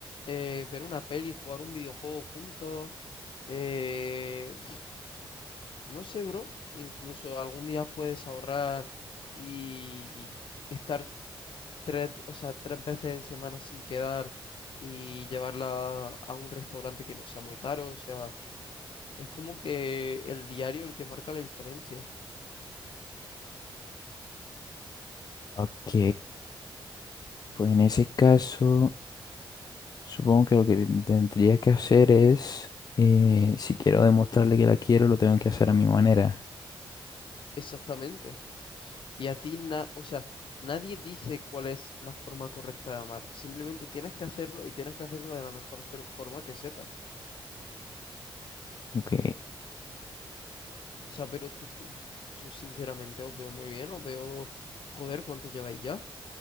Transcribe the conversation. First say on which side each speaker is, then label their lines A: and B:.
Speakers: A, on the left; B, on the left.
A: eh, ver una peli, jugar un videojuego juntos eh, no sé, bro. Incluso algún día puedes ahorrar y estar tres, o sea, tres veces en semana sin quedar y llevarla a un restaurante que no sea muy caro. O sea, es como que el diario el que marca la diferencia.
B: Ok, pues en ese caso, supongo que lo que tendría que hacer es, eh, si quiero demostrarle que la quiero, lo tengo que hacer a mi manera.
A: Exactamente. Y a ti, na- o sea, nadie dice cuál es la forma correcta de amar. Simplemente tienes que hacerlo y tienes que hacerlo de la mejor fer- forma que sepas.
B: Ok,
A: O sea, pero tú, que- yo yo sinceramente os veo muy bien, os veo, joder, ¿cuánto lleváis ya?